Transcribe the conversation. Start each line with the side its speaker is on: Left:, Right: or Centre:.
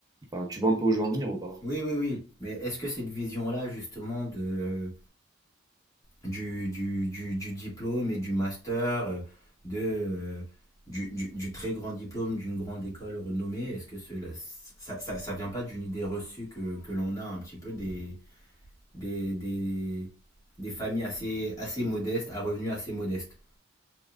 Right: Enfin, tu vois un peu où je veux en venir ou pas?
Left: Oui, oui, oui. Mais est-ce que cette vision-là, justement, de, euh, du, du, du, du diplôme et du master, euh, de, euh, du, du, du très grand diplôme d'une grande école renommée, est-ce que cela, ça, ça, ça vient pas d'une idée reçue que, que l'on a un petit peu des, des, des, des familles assez, assez modestes, à revenus assez modestes